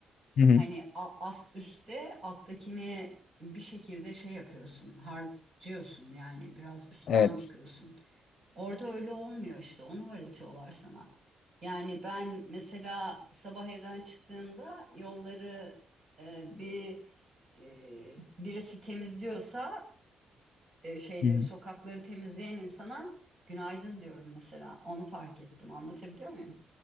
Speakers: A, on the left (about 60°); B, on the right (about 40°).
A: Hı hı.
B: Hani a- ast üstte alttakini bir şekilde şey yapıyorsun, harcıyorsun yani biraz üstten
A: Evet.
B: bakıyorsun. Orada öyle olmuyor işte. Onu öğretiyorlar sana. Yani ben mesela sabah evden çıktığımda yolları e, bir e, birisi temizliyorsa e, şeyleri,
A: Hı hı.
B: sokakları temizleyen insana günaydın diyorum mesela. Onu fark ettim. Anlatabiliyor muyum?